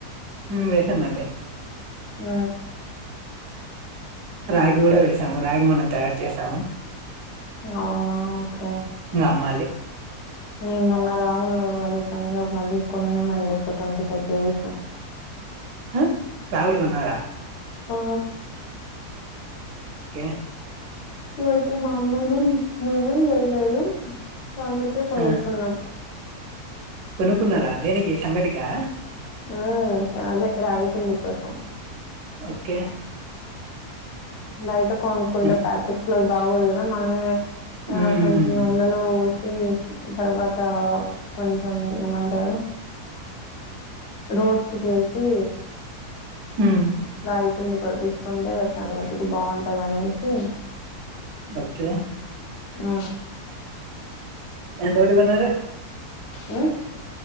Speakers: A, on the right; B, on the left.
A: ఉ వేసామంది
B: ఆ
A: రాగి గూడా వేసాము రాగి మనం తయారు చేసాము
B: అవునా ఓకే
A: ఇంకా అమ్మాలి
B: మేము మొన్న రాగులు అదే పండుగ మళ్ళీ కొన్నామండి ఒక ట్వంటీ ఫైవ్ కేజీస్
A: ఆ రాగుల్ గొన్నారా
B: ఉ
A: ఏ
B: ఓయితే మాములుమే మేమేం లేయలేదు అందుకే కొనుకున్నాం
A: ఆ కొనుక్కున్నారా దేనికి సంగటికా
B: ఉ అదే రాయిపిండి కోసం
A: ఓకే
B: బయిట కొనుకుంటే
A: ఎన్
B: ప్యాకెట్ లో అది బాగోదు కదా మనమే ఆ
A: హ్మ్.
B: కొంచెం అందులో ఉమ్ తర్వాత కొంచెం ఏమంటారు రోస్ట్ చేసి
A: హ్మ్మ్
B: రాగి పిండి కొట్టించుకుంటే సంగటికీ బాగుంటది అనేసి
A: ఓకే
B: ఆ
A: ఎంత పెట్టి కొన్నారు
B: ఉ